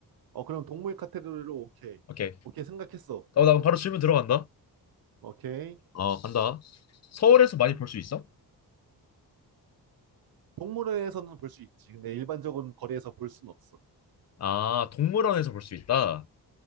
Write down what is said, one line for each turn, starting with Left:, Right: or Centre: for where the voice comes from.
Right: 어, 그럼 동물 카테고리로 오케이.
Left: 오케이.
Right: 오케이, 생각했어.
Left: 어, 나 그럼 바로 질문 들어간다.
Right: 오케이.
Left: 어, 간다. 서울에서 많이
Right: 음.
Left: 볼 수 있어?
Right: 동물원에서는 볼 수 있지. 근데 일반적인 거리에서 볼 순 없어.
Left: 아, 동물원에서 볼 수 있다.